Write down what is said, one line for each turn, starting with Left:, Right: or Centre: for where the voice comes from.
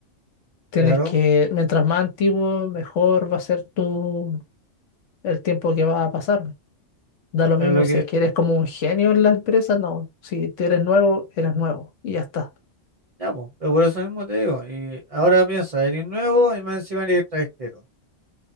Left: Tienes
Right: claro,
Left: que, mientras más antiguo, mejor va a ser tu, el tiempo que va a pasar. Da lo
Right: pero
Left: mismo
Right: lo
Left: si
Right: que,
Left: es que eres como un genio en la empresa, no. Si te eres nuevo, eres nuevo y ya está.
Right: ya, po, pero por eso mismo te digo, y ahora piensa, eres nuevo y más encima eres extranjero.